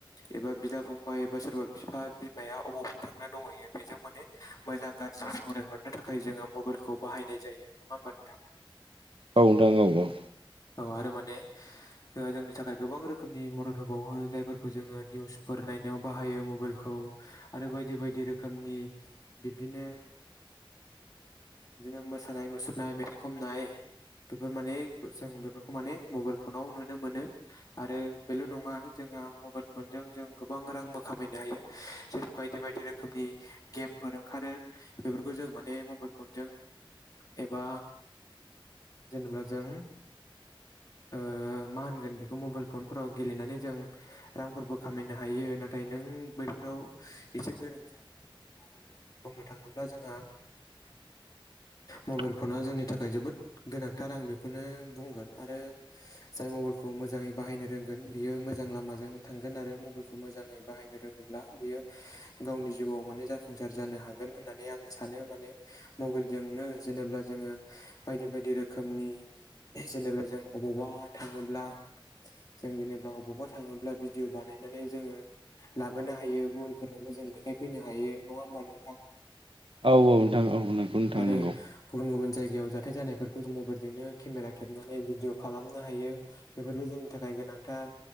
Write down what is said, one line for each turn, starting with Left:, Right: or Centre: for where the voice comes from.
Left: एबा बिदा फंबाय एबा सोरबा बिफा बिमाया अबावफोरा थांना दंहैयो बेजों माने मो जां गाज्रि सावरायहरनो थाखाय जोङो मबाइलखौ बाहायनाय जायो नङा होमबा नोंथां।
Right: औ नोंथां औ औ
Left: औ आरो माने जोंहा जोंनि थाखाय गोबां रोखोमनि मदद होबावो जायफोरखौ जोङो निउसफोर नायनायाव बाहायो मबाइलखो खौ आरो बायदि बायदि रोखोमनि बिबदिनो
Right: <inaudible>
Left: जोङो मोसानाय मुसुरनाय मेथाइ खननाय बेफोर माने जों बेफोरखौ माने मबाइल फनाव नुनो मोनो आरो बेल' नङा जों आ मबाइल फन जों गोबां रांबो खामायनो हायो जेरै- बायदि बायदि रोखोमनि गेमफोर ओंखारो बेफोरखौ जों मा बे मबाइ फनजों एबा जेनेबा जों
Right: <inaudible>
Left: ओ मा होनगोन बेखौ मबाइल फनफोराव गेलेनानै जों रांफोरबो खामायनो हायो नाथाय नों बैफोराव एसे गोरों जानांगोन आरो बुंनो थाङोब्ला जोंहा
Right: <inaudible>
Left: मबाइल फना जोंनि थाखाय जोबोद गोनांथार आं बेखौनो बुंगोन आरो जाय मबाइलखौ मोजाङै बाहायनो रोंगोन बियो मोजां लामाजों थांगोन आरो मबाइलखौ मोजाङै बाहायनो रोङोब्ला बियो गावनि जिउआव माने जाफुंसार जानो हागोन होननानै आं सा सानो माने मबाइलजोंनो जेनेबा जोङो बायदि बायदि रोखोमनि जेनेब्ला जों अबावबा थाङोब्ला जों जेनेबा अबावबा थाङोब्ला भिडिअ' बानायनानै जोङो लाबोनो हायो गुबुनफोरनोबो जों देखायफैनो हायो नङा होमबा नोंथां?
Right: औ नोंथां औ नंगौ नोंथां
Left: आरो
Right: नंगौ औ
Left: गुबुन गुबुन जाय गायाव जाथाय जानायफोरखौ जों मबाइलजोंनो केमेरा खेबनानै भिडिअ खालामनो हायो बेफोरबो जोंनि थाखाय गोनां नांथार